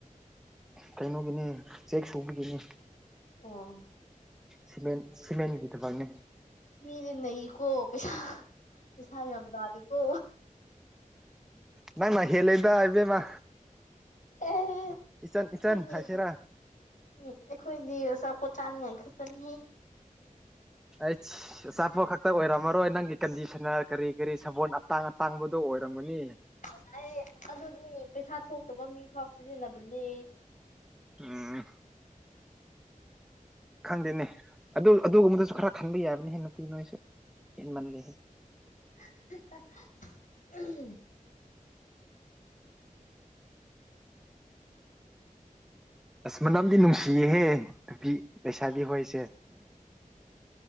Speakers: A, in the centre; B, on the left (about 65°).
A: ꯀꯩꯅꯣꯒꯤꯅꯦ ꯆꯦꯛ ꯁꯨꯕꯤꯒꯤꯅꯦ
B: ꯑꯣ
A: ꯁꯤꯃꯦꯟ ꯁꯤꯃꯦꯟꯒꯤ ꯊꯕꯛꯅꯦ
B: ꯃꯤꯗꯤ ꯅꯩꯀꯣ ꯄꯩꯁꯥ ꯄꯩꯁꯥ ꯌꯥꯝ ꯇꯥꯜꯂꯤꯀꯣ
A: ꯅꯪꯅ ꯍꯦꯜꯂꯦꯗꯥ ꯏꯕꯦꯝꯃꯥ
B: ꯑꯦꯍꯦ
A: ꯏꯆꯟ ꯏꯆꯟ
B: ꯈꯣꯏꯗꯤ
A: ꯍꯥꯏꯁꯤꯔꯥ
B: ꯎꯝ ꯑꯩꯈꯣꯏꯗꯤ ꯑꯆꯥꯄꯣꯠ ꯆꯥꯅꯤꯡꯉꯥꯏ ꯈꯛꯇꯅꯤ ꯍꯦ
A: ꯑꯩꯁ ꯑꯆꯥꯄꯣꯠ ꯈꯛꯇ ꯑꯣꯏꯔꯝꯃꯔꯣꯏ ꯅꯪꯒꯤ ꯀꯟꯗꯤꯁꯟꯅꯔ ꯀꯔꯤ ꯀꯔꯤ ꯁꯕꯣꯜ ꯑꯇꯥꯡ ꯇꯥꯡꯕꯗꯣ ꯑꯣꯏꯔꯝꯒꯅꯤ
B: ꯑꯗꯨꯥꯏ ꯑꯗꯨꯗꯤ ꯄꯩꯁꯥ ꯊꯣꯛꯇꯕ ꯃꯤꯐꯥꯎ ꯁꯤꯖꯤꯟꯅꯕꯅꯦ
A: ꯎꯝ ꯈꯪꯗꯦꯅꯦ ꯑꯗꯨ ꯑꯗꯨꯒꯨꯝꯕꯗꯁꯨ ꯈꯔ ꯈꯟꯕ ꯌꯥꯕꯅꯤꯍꯦ ꯅꯨꯄꯤ ꯅꯣꯏꯁꯨ ꯍꯦꯟꯃꯜꯂꯤꯍꯦ
B: <unintelligible> ꯎꯝ
A: ꯑꯁ ꯃꯅꯝꯗꯤ ꯅꯨꯡꯁꯤꯌꯦꯍꯦ ꯅꯨꯄꯤ ꯂꯩꯁꯥꯕꯤ ꯍꯣꯏꯁꯦ